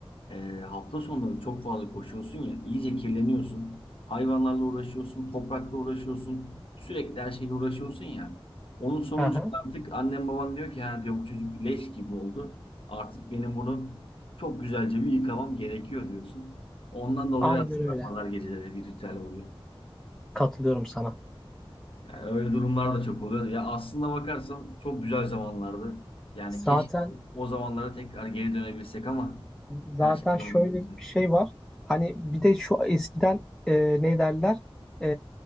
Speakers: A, on the left; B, in the centre.
A: E, hafta sonları çok fazla koşuyorsun ya, iyice kirleniyorsun. Hayvanlarla uğraşıyorsun, toprakla uğraşıyorsun. Sürekli her şeyle uğraşıyorsun ya. Onun sonucunda
B: Aha,
A: artık annem baban diyor ki ha diyor bu çocuk leş gibi oldu. Artık benim bunu çok güzelce bir yıkamam gerekiyor diyorsun. Ondan dolayı
B: aynen
A: aslında
B: öyle.
A: pazar geceleri bir ritüel oluyor.
B: Katılıyorum sana.
A: Yani öyle durumlar da çok oluyor. Ya aslında bakarsan çok güzel zamanlardı. Yani
B: Zaten
A: keşke o zamanlara tekrar geri dönebilsek ama
B: Zaten
A: her şey zamanında.
B: şöyle bir şey var. Hani bir de şu eskiden e, ne derler? E,